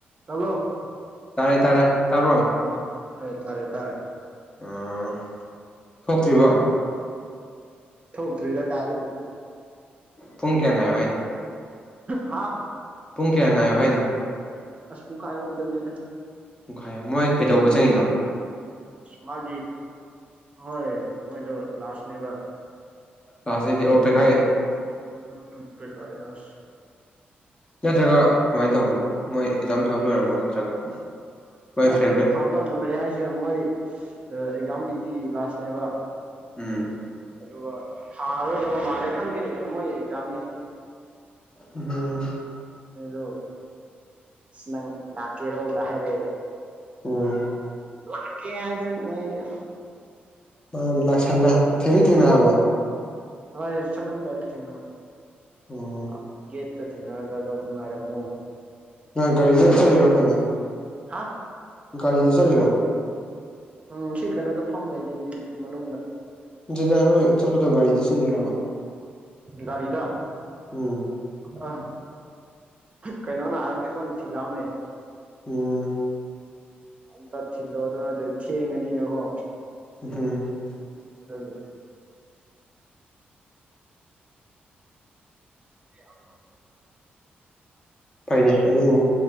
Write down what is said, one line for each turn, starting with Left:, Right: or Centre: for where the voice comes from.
Right: ꯇꯥꯕꯔꯣ
Left: ꯇꯥꯔꯦ ꯇꯥꯔꯦ ꯇꯥꯕ꯭ꯔꯣ
Right: ꯏꯕꯨꯉꯣ <unintelligible> ꯑꯩ ꯇꯥꯔꯦ ꯇꯥꯔꯦ
Left: ꯎꯝ ꯊꯣꯛꯇ꯭ꯔꯤꯕ
Right: ꯊꯣꯛꯇ꯭ꯔꯤꯗ ꯀꯥꯏꯗꯒꯤ
Left: ꯄꯨꯡ ꯀꯌꯥ ꯉꯥꯏꯌꯨ ꯍꯥꯏꯅꯣ
Right: ꯍꯥꯥ
Left: ꯄꯨꯡ ꯀꯌꯥ ꯉꯥꯏꯌꯣ ꯍꯥꯏꯅꯣ
Right: ꯑꯁ ꯄꯨꯡꯈꯥꯏ ꯑꯃꯨꯛ ꯇꯥꯅꯤꯗ
Left: ꯄꯨꯡꯈꯥꯏ ꯑꯃꯥ ꯃꯣꯏ ꯀꯩꯗꯧꯕ ꯆꯥꯪ ꯅꯩ
Right: ꯃꯥꯒꯤ ꯃꯥꯌꯩ ꯃꯣꯏꯗꯨ ꯂꯥꯁꯅꯦꯕ
Left: ꯂꯥꯁ ꯍꯥꯏꯗꯤ ꯑꯣ ꯄꯩꯈꯥꯏ
Right: ꯎꯝ ꯎꯝ ꯎꯝ ꯄꯩꯈ ꯂꯥꯁ
Left: ꯅꯠꯇ꯭ꯔꯒ ꯀꯃꯥꯏꯅ ꯇꯧꯕꯅꯣ ꯃꯣꯏ ꯑꯦꯛꯖꯥꯝ ꯊꯥꯕ ꯂꯣꯏꯔꯕꯣ ꯅꯠꯇ꯭ꯔꯒ ꯃꯣꯏ
Right: ꯅ
Left: ꯐꯦꯚꯔꯦꯠ
Right: ꯑꯦ ꯊꯥꯕ ꯂꯣꯏꯔꯦ ꯍꯥꯏꯁꯦ ꯃꯣꯏ ꯑꯦꯛꯖꯥꯝꯒꯤ ꯑꯦ ꯂꯥꯁꯅꯦꯕ
Left: ꯎꯝ
Right: ꯑꯗꯨꯒ ꯊꯥꯔꯑꯣ ꯇꯥꯕ ꯃꯥꯜꯂꯦ ꯈꯪꯗꯦ ꯃꯣꯏ ꯑꯦꯛꯖꯥꯝꯅꯦꯌꯦ
Left: ꯎꯝ
Right: ꯍꯂꯣ ꯁꯤ ꯅꯪ ꯂꯥꯛꯀꯦꯔꯣꯒ ꯍꯥꯏꯔꯛꯑ
Left: ꯎꯝ
Right: ꯂꯥꯛꯀꯦ ꯍꯥꯏ ꯗꯤꯃ ꯂꯦ ꯌꯥ <unintelligible>
Left: ꯄꯗꯝ ꯅꯥꯁꯟ ꯅꯥꯏ ꯊꯦꯡꯗꯤ ꯊꯦꯡꯅꯔꯕꯣ
Right: ꯑꯕꯥꯏꯁ ꯆꯉꯝꯗꯥꯏꯗ ꯊꯪꯡꯅꯕꯅꯤ <unintelligible>
Left: ꯎꯝ
Right: ꯑ ꯌꯦꯠ <unintelligible> ꯇꯥ ꯇꯪꯡꯅꯔꯒ ꯑꯗꯨꯝ ꯉꯥꯏꯔꯝꯃꯨ
Left: ꯀꯅꯥꯏ ꯒꯥꯔꯤꯗ ꯆꯠꯂꯤꯔꯣ ꯀꯩꯅꯣ
Right: ꯍꯥ
Left: ꯒꯥꯔꯤꯗ ꯆꯠꯂꯤꯔ
Right: ꯎꯝ ꯁꯤ ꯀꯩꯅꯣꯗ ꯐꯝ ꯂꯩꯗꯣꯏꯅꯤ ꯃꯅꯨꯡꯗ
Left: ꯖꯤꯗ ꯅꯣꯏ ꯆꯠꯄꯗꯣ ꯒꯥꯔꯤꯗ ꯆꯠꯂꯤꯔꯕ
Right: ꯒꯥꯔꯤꯗ
Left: ꯎꯝ
Right: ꯑ ꯀꯩꯅꯣ ꯅ ꯑꯪꯇꯤ ꯀꯣꯟ ꯊꯤꯜꯂꯛꯑꯝꯃꯦ
Left: ꯎꯝ
Right: ꯇꯠ ꯊꯤꯜꯂꯣ ꯑꯗꯨ ꯅꯠꯇ ꯊꯦꯡꯉꯅꯤꯅꯀꯣ
Left: <unintelligible>
Right: ꯑꯗꯨꯒꯤ <unintelligible>
Left: ꯐꯩꯅꯦ ꯑꯗꯨꯗꯤ